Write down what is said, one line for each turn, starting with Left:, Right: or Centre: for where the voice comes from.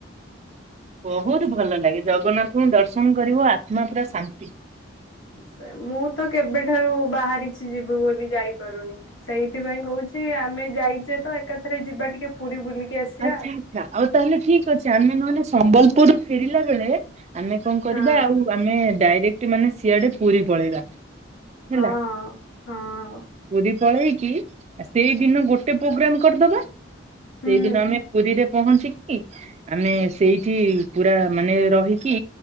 Right: ବହୁତ ଭଲ ଲାଗେ ଜଗନ୍ନାଥଙ୍କୁ ଦର୍ଶନ କରିବ ଆତ୍ମା ପୁରା ଶାନ୍ତି।
Left: ସେ ମୁଁତ କେବେଠାରୁ ବାହାରିଛି ଯିବୁ ବୋଲି ଯାଇପାରୁନି। ସେଇଥିପାଇଁ କହୁଛି ଆମେ ଯାଇଚେ ତ ଏକାଥରେ ଯିବା ଟିକେ ପୁରୀ ବୁଲିକି ଆସିବା।
Right: ଆଚ୍ଛା ଆଚ୍ଛା ଆଉ ତାହେଲେ ଠିକ ଅଛି ଆମେ ନହେଲେ ସମ୍ବଲପୁରରୁୁ ଫେରିଲା ବେଳେ ଆମେ କଣ କରିବା
Left: ହଁ
Right: ଆଉ ଆମେ ଡାଇରେକ୍ଟ ମାନେ ସିଆଡେ ପୁରୀ ପଳେଇବା।
Left: ହଁ
Right: ହେଲା
Left: ହଁ
Right: ପୁରୀ ପଳେଇକି ସେଇଦିନ ଗୋଟେ ପୋଗ୍ରାମ କରିଦବା
Left: ହୁଁ
Right: ସେଇ ଦି ରେ ପହଞ୍ଚିକି ଆମେ ସେଇଠି ପୁରା ମାନେ ରହିକି